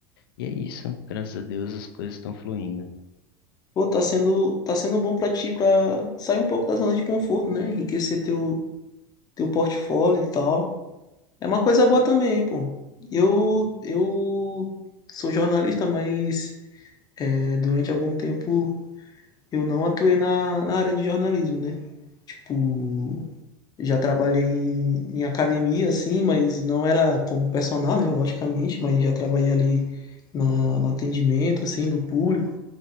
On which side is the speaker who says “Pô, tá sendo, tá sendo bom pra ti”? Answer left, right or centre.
Left